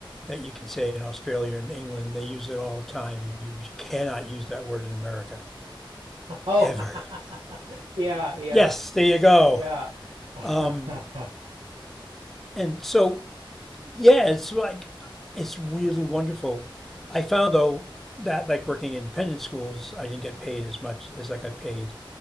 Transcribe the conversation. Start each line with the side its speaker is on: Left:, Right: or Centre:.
Centre: that you can say in Australia and England. They use it all the time, and you cannot use that word in America
Right: Oh,
Centre: ever.
Right: <laughs> yeah, yeah,
Centre: Yes, there you go.
Right: yeah. <laughs>
Centre: Um, and so yeah, it's like it's really wonderful. I found though that like working in independent schools, I didn't get paid as much as I got paid